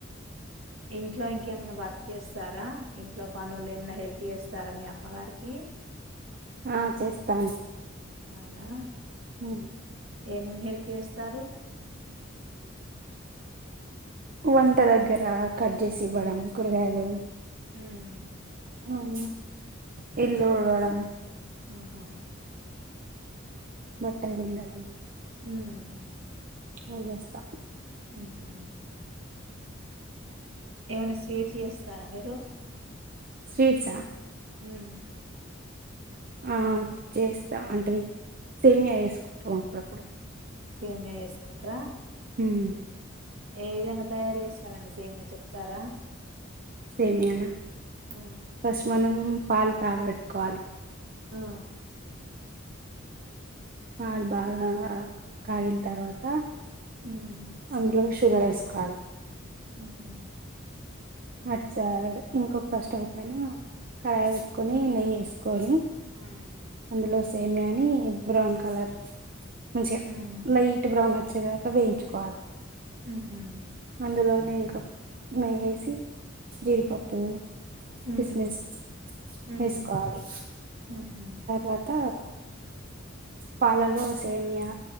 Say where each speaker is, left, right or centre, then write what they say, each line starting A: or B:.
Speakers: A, on the right; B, on the right.
A: ఇంట్లో ఇంకేమన్నా వర్క్ చేస్తారా ఇంట్లో పనులు ఏమన్నా హెల్ప్ చేస్తారా మీ అమ్మవారికి
B: ఆ చేస్తాన్
A: అవునా
B: హు
A: ఏమేం హెల్ప్ చేస్తారు
B: కు వంట దగ్గర కట్ చేసి ఇవ్వడం కూరగాయలు
A: ఊమ్
B: అవును ఇల్లు ఊడవడం
A: ఊ హా
B: బట్టలు పిండడం
A: ఉమ్
B: అవి చేస్తా
A: <inaudible> ఏమైనా స్వీట్ చేస్తారా మీరు
B: స్వీట్సా
A: మ్మ్
B: ఆ చేస్తా అంటే సేమియా చేసుకుంటాం అప్పుడప్పుడు
A: సేమియా చేసుకుంట్రా
B: మ్మ్
A: ఏ విధంగా తయారు చేస్తారండి సేమియా చెప్తారా
B: సేమయానా
A: ఆ
B: ఫస్ట్ మనం పాలు కాగబెట్టుకోవాలి
A: ఆ
B: పాలు బాగా కాగిన తర్వాత
A: ఉమ్,
B: అందులో షూ షుగర్ వేసుకోవాలి
A: మ్మ్ హ్మ్
B: <unintelligible> ఇంకొక స్టవ్ పైన కడాయి పెట్టుకొని నెయ్యి వేసుకొని
A: మ్మ్
B: అందులో సేమియా నీ బ్రౌన్ కలర్ <unintelligible>
A: ఉమ్,
B: లైట్ బ్రౌన్ వచ్చేదాకా వేయించుకోవాలి
A: మ్మ్ హ్మ్
B: అందులోనే ఇంక నెయ్యి వేసి, జీడిపప్పు
A: ఉమ్,
B: కిస్మిస్
A: ఉమ్,
B: వేసుకోవాలి
A: ఉహు,
B: వాత పాలలో సేమియా